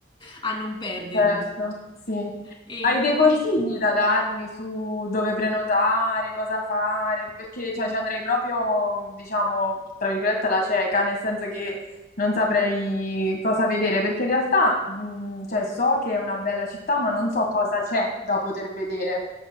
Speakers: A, on the left; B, on the left.
A: a non perdermi.
B: Certo. Sì.
A: E
B: Hai dei consigli da darmi su dove prenotare, cosa fare? Perché cioè, ci andrei proprio, diciamo, tra virgolette, alla cieca, nel senso che non saprei cosa vedere, perché in realtà mh, cioè, so che è una bella città, ma non so cosa c'è da poter vedere.